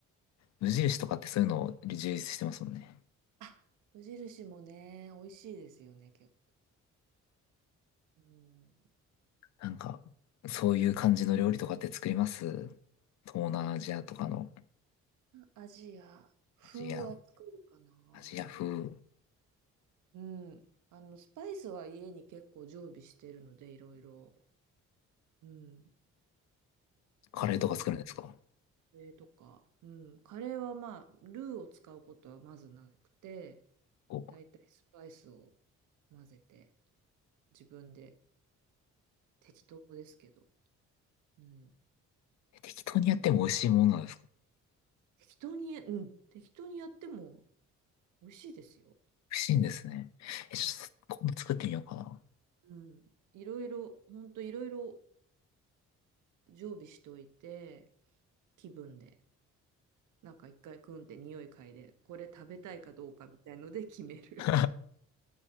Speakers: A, on the left; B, on the right.
A: 無印とかってそういうのを充実してますもんね。
B: あ、無印もね、美味しいですよね、結構。うん。
A: なんか、そういう感じの料理とかって作ります東南アジアとかの、
B: アジア風は作るかな。
A: アジア、アジア風、ん
B: うん。あの、スパイスは家に結構常備してるので、いろいろ。うん。
A: カレーとか作るんですか
B: 作りカレーとか、うん、カレーはまあ、ルーを使うことはまずなくて、
A: お、
B: だいたいスパイスを混ぜて、自分で適当ですけど、うん、
A: え適当にやっても美味しいものなんですか
B: やります。適当に、うん、適当にやっても美味しいですよ。
A: 美味しいんですね。え、ちょっと、今度作ってみようかな。
B: うん、いろいろ、ほんといろいろ常備しといて、気分で、なんか一回クンって匂い嗅いで、これ食べたいかどうかみたいので決める。
A: <laughs>